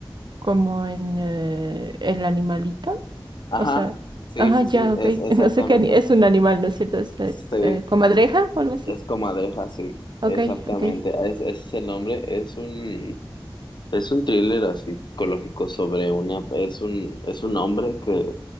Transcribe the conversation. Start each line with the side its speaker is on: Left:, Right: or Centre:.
Right: como en eh, el animalito.
Left: Ajá,
Right: O sea,
Left: sí,
Right: ajá,
Left: sí,
Right: ya,
Left: sí,
Right: ok.
Left: es exactamente.
Right: <laughs> No sé qué ani- es un animal, ¿no es cierto? Es eh,
Left: Sí,
Right: eh, comadreja o algo así.
Left: es Comadreja, sí,
Right: Ok,
Left: exactamente.
Right: ok.
Left: Es, ese es el nombre, es un, es un thriller así psicológico sobre una, es un, es un hombre que